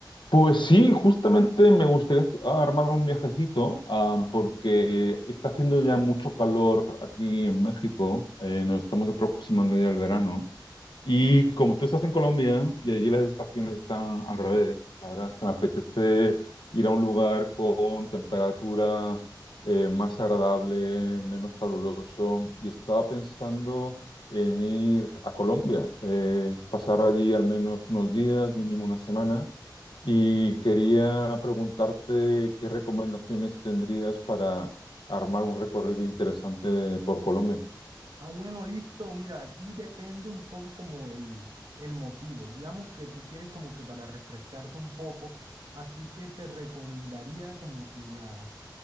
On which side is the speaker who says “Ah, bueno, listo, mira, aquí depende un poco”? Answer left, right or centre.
Right